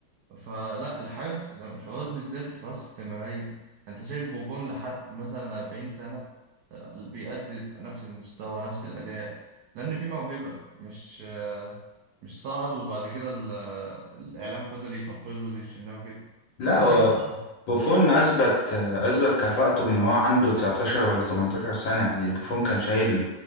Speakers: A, on the right; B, on the left.
A: فلا الحارس الحراس بالذات الحراس استمرارية انت شايف بوفون لحد مثلا 40 سنة آه، بيأدي بنفس المستوى نفس الأداء لأن في موهبة مش آه، مش صعد وبعد كده ال- آه، الإعلام فضل يطبل له زي الشناوي كده
B: لا
A: كذلك
B: هو
A: الحضر
B: بوفون اثبت اثبت كفاءته من هو عنده 19 ولا 18 سنه يعني بوفون كان شايل